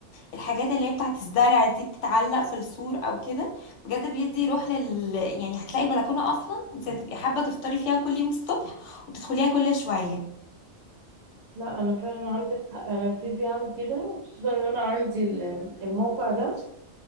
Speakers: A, on the left (about 70°); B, on the right (about 60°).
A: الحاجات اللي هي بتاعت الزرع دي بتتعلق في السور او كده بجد بيدي روح لل يعني هتلاقي البلكونة اصلا انت هتبقي حابة تفطري فيها كل يوم الصبح وتدخليها كل شوية
B: لا انا فعلا عندك حق انا ابتدي اعمل كده خصوصا ان انا عندي ال- الموقع ده